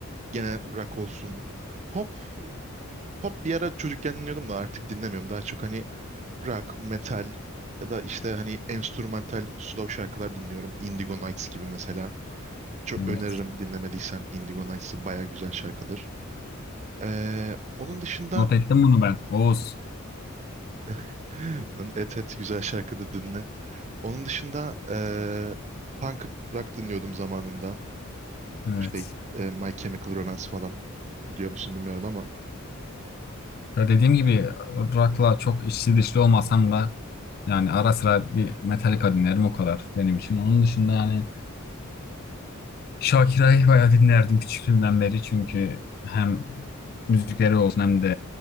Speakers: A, on the right; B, on the left.
A: Gene rock olsun. Pop, pop bir ara çocukken dinliyordum da artık dinlemiyorum. Daha çok hani rock, metal ya da işte hani enstrümantal slow şarkılar dinliyorum. Indigo Nights gibi mesela. Çok
B: Evet.
A: öneririm dinlemediysen Indigo Nights'ı baya güzel şarkıdır. Ee, onun dışında
B: Not ettim bunu ben. Oğuz.
A: <laughs> et et güzel şarkıdır dinle. Onun dışında eee punk rock dinliyordum zamanında.
B: Evet.
A: İşte eee, My Chemical Romance falan biliyor musun bilmiyorum ama.
B: Ya dediğim gibi rock'la çok içli dışlı olmasam da yani ara sıra bir Metallica dinlerim o kadar benim için. Onun dışında yani Shakira'yı bayağı dinlerdim küçüklüğümden beri çünkü hem müzikleri olsun hem de